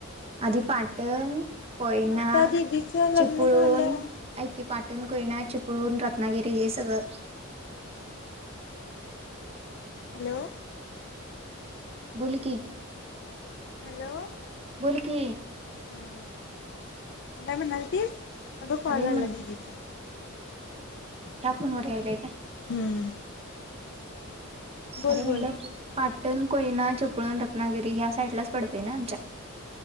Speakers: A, on the right (about 30°); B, on the left (about 55°).
A: आधी पाटण, कोयना,
B: मग आता दिदीचं लग्न
A: चिपळून
B: झालं.
A: आईक की पाटण, कोयना, चिपळून, रत्नागिरी हे सगळं
B: हॅलो.
A: बोल की,
B: हॅलो
A: बोल की
B: हा काय म्हणाल ती अगं कॉल
A: अरे
B: आलाय दीदीचा
A: या फोन वर यायलाय काय?
B: हम्म बोल
A: अरे
B: बोल.
A: म्हणलं पाट टन कोयना चिपळुण रत्नागिरी ह्या साइड लाच पडतय ना आमच्या